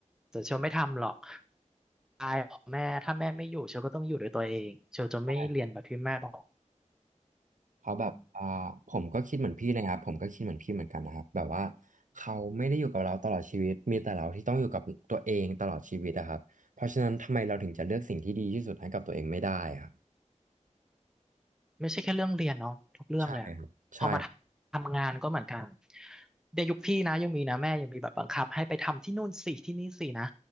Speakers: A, in the centre; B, on the right.
A: แต่เชลไม่ทำหรอกตายของแม่ถ้าแม่ไม่อยู่เชลก็ต้องอยู่ด้วยตัวเองเชลจะไม่เรียนแบบที่แม่บอก
B: ใช่ครับเขาแบบอ่าผมก็คิดเหมือนพี่เลยครับผมก็คิดเหมือนพี่เหมือนกันนะครับแบบว่า
A: อืม
B: เขาไม่ได้อยู่กับเราตลอดชีวิตมีแต่เราที่ต้องอยู่กับตัวเองตลอดชีวิตอะครับเพราะฉะนั้นทำไมเราถึงจะเลือกสิ่งที่ดีที่สุดให้กับตัวเองไม่ได้อะครับ
A: ไม่ใช่แค่เรื่องเรียนเนาะทุกเรื่องเลยอะพอมา
B: ใช่ครับใช่
A: ทำงานก็เหมือนกันเดี๋ยวยุคพี่นะยังมีนะแม่ยังมีแบบบังคับให้ไปทำที่นู่นสิที่นี่สินะ